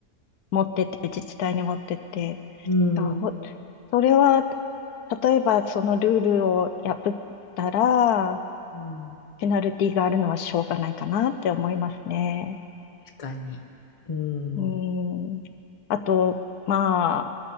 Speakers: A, on the left (about 75°); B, on the left (about 25°).
A: 持ってって、自治体に持ってって、
B: うん
A: だほ、それは、例えばそのルールを破ったら、
B: うん
A: ペナルティがあるのはしょうがないかなって思いますね。
B: 確かに、うん、
A: うん。あと、まあ、